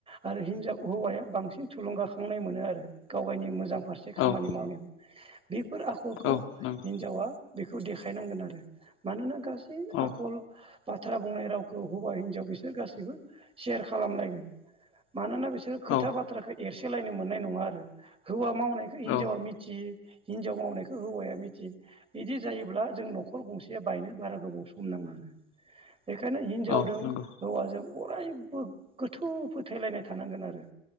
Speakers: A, on the right; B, on the left.
A: आरो हिनजाव हौवाया बांसिन थुलुंगा थांनाय मोनो आरो गाव गावनि मोजां फारसे खामानि
B: औ
A: मावनायाव बेफोर आखलखौ
B: औ नंगौ
A: हिनजावा बेखौ देखायनांगोन आरो मानोना गा
B: औ
A: आखल बाथ्रा बुंनाय रावखौ हौवा हिनजाव बिसोर गासैबो सेयार खालामलायगोन मानोना बिसोरो खोथा
B: औ
A: बाथ्राखौ एरसेलायनो मोननाय नङा आरो हौवा मावनायखौ हिनजावा
B: औ
A: मिथियो हिनजाव मावनायखौ हौवाया मिथि बिदि जायोब्ला जों न'खर गंसेया बायनो बारा गोबाव सम नाङा आरो
B: <inaudible>
A: बेखायनो हिनजावदों
B: औ नंगौ
A: हौवाजों अरायबो गोथौ फोथायलायनाय थानांगोन आरो